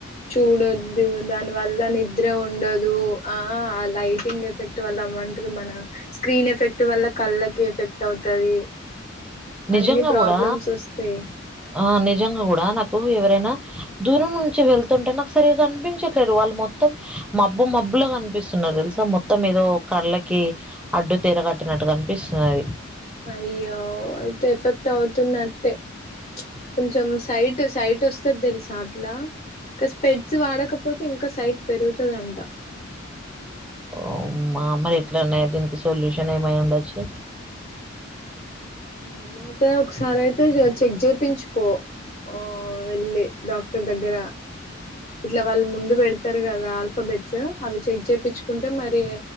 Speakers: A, on the left; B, in the centre.
A: చూడొద్దు దాని వల్ల నిద్ర ఉండదు ఆ లైటింగ్ ఎఫెక్ట్ వల్ల ఏమంటరు మన స్క్రీన్ ఎఫెక్ట్ వల్ల కళ్ళకి ఎఫెక్ట్ అవుతది
B: నిజంగా
A: అన్ని ప్రాబ్లమ్స్
B: కూడా
A: వస్తాయి
B: ఆ నిజంగా కూడా నాకు ఎవ రైనా దూరం నుంచి వెళ్తుంటే నాకు సరిగా కనిపించట్లేదు వాళ్ళు మొత్తం మబ్బు మబ్బులా కనిపిస్తున్నది తెలుసా మొత్తం ఏదో కళ్ళకి అడ్డు తెర కట్టినట్టు కనిపిస్తున్నది
A: అయ్యో అయితే ఎఫెక్ట్ అవుతున్నట్టే కొంచెం సైట్ సైట్ వస్తది తెలుసా అట్లా ఇంకా స్పెడ్స్ వాడకపోతే ఇంకా సైట్ పెరుగుతదంట
B: ఓ మా అమ్మాయి ఎట్లాన్నా దీనికి సొల్యూషన్ ఏమై ఉండొచ్చు
A: ఏమో అయితే ఒకసారి అయితే చెక్ చేపించుకో ఓ వెళ్ళి డాక్టర్ దగ్గర ఇట్లా వాళ్ళు ముందు పెడుతరు కదా ఆల్ఫాబెట్స్ అవి చెక్ చేపిచ్చుకుంటే మరి